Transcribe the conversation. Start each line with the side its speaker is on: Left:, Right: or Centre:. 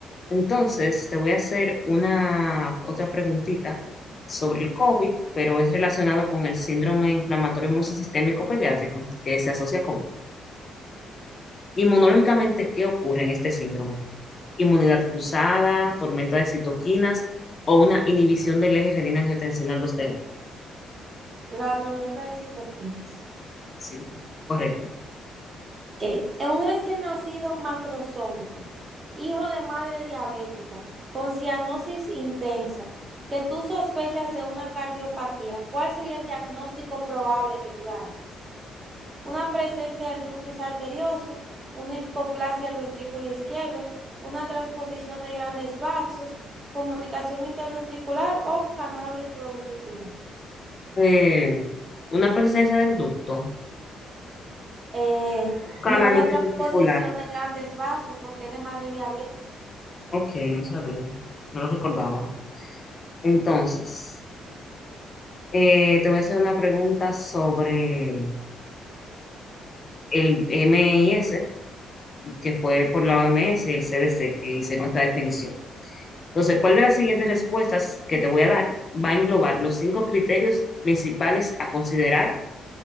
Left: entonces te voy a hacer una otra preguntita sobre el COVID, pero es relacionado con el síndrome inflamatorio multisistémico pediátrico que se asocia a COVID. Inmunológicamente, ¿qué ocurre en este síndrome? Inmunidad cruzada, tormenta de citoquinas o una inhibición del eje renina-angiotensina-aldosterona.
Right: La tormenta de citoquinas.
Left: Sí, correcto.
Right: Ok. Es un recién nacido macrosómico, hijo de madre diabética, con cianosis intensa, que tú sospechas de una cardiopatía. ¿Cuál sería el diagnóstico probable que tú darías? una presencia del ductus arterioso, una hipoplasia del ventrículo izquierdo, una transposición de grandes vasos, comunicación interventricular o canal auriculoventricular.
Left: Eh, una presencia del ducto,
Right: Eh,
Left: canal
Right: no, una
Left: interventricular.
Right: transposición de grandes vasos porque es de madre diabética.
Left: Ok, no sabía, no lo recordaba. Entonces, eh, te voy a hacer una pregunta sobre el MIS, que fue por la OMS y el CDC que hicieron esta definición. Entonces, ¿cuál de las siguientes respuestas que te voy a dar va a englobar los cinco criterios principales a considerar